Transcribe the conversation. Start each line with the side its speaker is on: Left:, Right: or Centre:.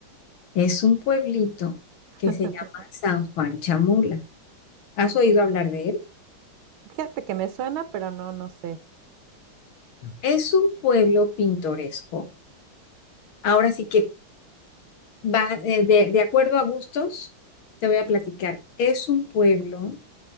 Left: es un pueblito
Right: <laughs>
Left: que se llama San Juan Chamula. ¿Has
Right: Ok.
Left: oído hablar de él?
Right: Fíjate que me suena, pero no, no sé.
Left: Es un pueblo pintoresco. Ahora sí que va eh, de, de acuerdo a gustos, te voy a platicar. Es un pueblo